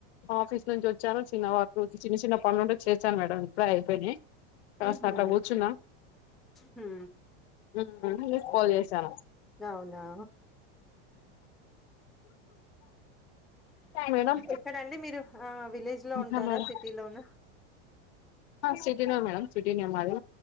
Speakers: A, on the left (about 75°); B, in the centre.
A: ఆఫీస్ నుంచి వొచ్చాను చిన్న వర్కు చిన్న చిన్న పనులుంటే చేశాను మేడం ఇప్పుడే అయిపేనయ్ కాస్త
B: ఉహు
A: అట్లా గూర్చున్నా
B: హు
A: ఉమ్ మీక్ కాల్ జేసాను
B: అవునా
A: మేడం
B: ఎక్కడండి మీరు ఆ విలేజ్ లో
A: ఇంక
B: ఉంటారా
A: మేడం
B: సిటీలోనా
A: ఆ సిటీనా మేడం కని సిటీ నే మాది